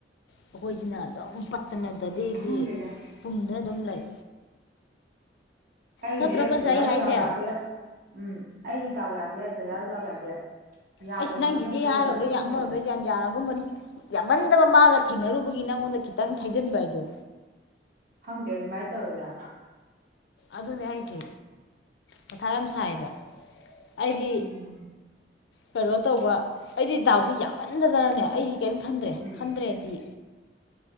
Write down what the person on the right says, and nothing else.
ꯈꯪꯗꯦꯗ
ꯑꯩꯒꯤꯁꯨ
ꯗꯗꯥꯁꯨ
ꯗꯥꯎ ꯌꯥꯗꯦ ꯎꯝ ꯑꯩꯁꯨ ꯗꯥꯎ ꯌꯥꯗꯦ ꯗꯗꯥꯁꯨ ꯗꯥꯎ ꯌꯥꯗꯦ ꯌꯥꯗꯕ
ꯃꯁꯦꯟ ꯄꯨꯜꯂꯒ
ꯑꯗꯨꯝ
ꯂꯩꯔꯦ
ꯈꯪꯗꯦ ꯑꯗꯨ ꯃꯥꯏ ꯅꯥ ꯇꯧꯏꯔꯥ
ꯎꯝ
ꯎꯝ